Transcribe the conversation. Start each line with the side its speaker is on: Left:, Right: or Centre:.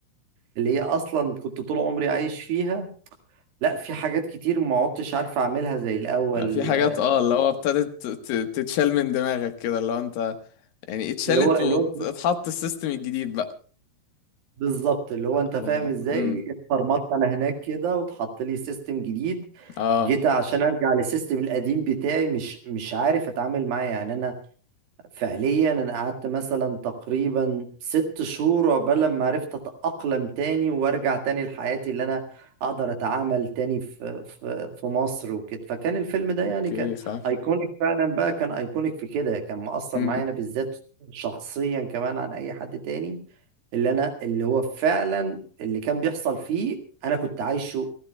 Right: اللي هي اصلا كنت طول عمري عايش فيها لا في حاجات كتير ما عدتش عارف اعملها زي الاول
Left: يعني في حاجات
Right: آه،
Left: اه اللي هو ابتدت ت- تتشال من دماغك كده اللي هو انت يعني اتشالت
Right: اللي هو اللي هو انت
Left: واتحط السيستم الجديد بقى
Right: بالظبط اللي هو انت
Left: امم
Right: فاهم
Left: اه
Right: ازاي
Left: مم.
Right: اتفرمطت انا هناك كده واتحط لي سيستم جديد
Left: آه.
Right: جيت عشان ارجع للسيستم القديم بتاعي مش مش عارف اتعامل معاه يعني انا فعليا انا قعدت مثلا تقريبا ست شهور عقبال ما عرفت اتأقلم تاني وارجع تاني لحياتي اللي انا اقدر اتعامل تاني في في في مصر وكده فكان الفيلم ده
Left: اوكي
Right: يعني كان
Left: فاهم
Right: ايكونيك فعلا بقى كان ايكونيك في كده كان مؤثر
Left: امم
Right: معايا انا بالذات شخصيا كمان عن اي حد تاني اللي انا اللي هو فعلا اللي كان بيحصل فيه انا كنت عايشه